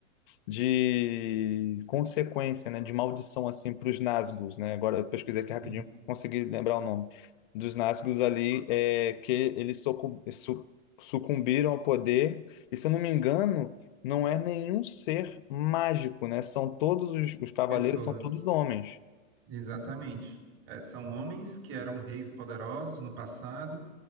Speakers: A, on the left; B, on the right.
A: de consequência, né, de maldição assim para os Nazgûs, né? Agora eu pesquisei aqui rapidinho,
B: sim,
A: consegui lembrar o nome dos Nazgûs ali, é que eles socu- su- sucumbiram ao poder. E se eu não me engano, não é nenhum ser mágico, né? São todos os, os cavaleiros,
B: pessoas,
A: são todos homens.
B: exatamente. É, são homens que eram reis poderosos no passado